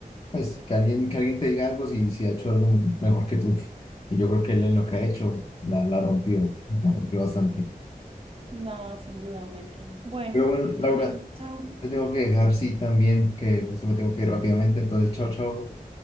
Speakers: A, on the left (about 40°); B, on the right (about 35°).
A: pues que alguien, que alguien te diga algo si, si ha hecho algo mejor que tú. Y yo creo que él en lo que ha hecho la, la rompió, la rompió bastante.
B: No, sin duda, Melkin. Bueno,
A: Pero bueno,
B: que estés
A: Laura,
B: bien. Chao.
A: te tengo que dejar, sí, también, que justo me tengo que ir rápidamente, entonces, chao, chao.